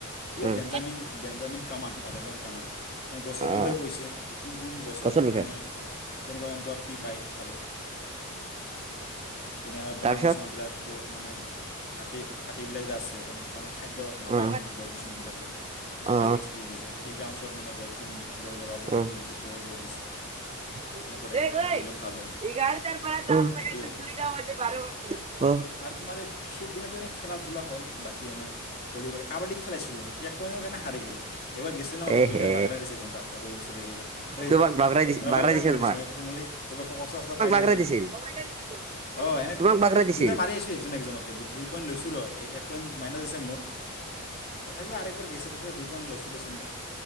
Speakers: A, on the left; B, on the right.
A: কিয়
B: উম
A: Benjamin, Benjamin command, Benjamin command. তেওঁ গছৰ
B: অ
A: বিষয়ে কৈছে, কোন কোন গছত
B: গছৰ বিষয়ে
A: মানে কেনেকুৱা, কেনেকুৱা কি পায় আৰু যেনেকৈ বনাঞ্চলবিলাক।
B: তাৰপিছত
A: ক'ত মানে, হাতী হাতীবিলাক যে আছে তাৰমানে খাদ্য নাপা পায়
B: অ
A: মানে গছ-গছনিবিলাকত, এতিয়া
B: অ অ
A: কাট-চাটি দিছে, সেইগিলাক অঞ্চল মানে গছ-গছনি <inaudible> লগাবলৈ
B: অ
A: কি দিছে, উপদেশ দিছে?
B: <unintelligible>
A: কেনেকুৱা টাইপৰ কি কৰিলে ভাল হয় সেইটোৱে আৰু তোমাৰ এই ফিফ্ট দিনাতো এনেই খেলা-ধূলা হ'ল, বাকী এনে <unintelligible>
B: এ হে
A: <unintelligible>
B: তোমাক বাগৰাই দিছিল বাগৰাই দিছিল তোমাক <unintelligible>
A: অ, এনেই
B: তোমাক বাগৰাই দিছিল
A: দুইবাৰ মাৰি আছোঁ, একজন, একজনকে, দুই পইণ্ট লৈছোঁ ৰ, এক পইণ্ট মাইনাচ আছে মোৰ। তথাপিও আৰু একবাৰ গৈছে তথি দুই পান লৈছোঁ দেচোন, দে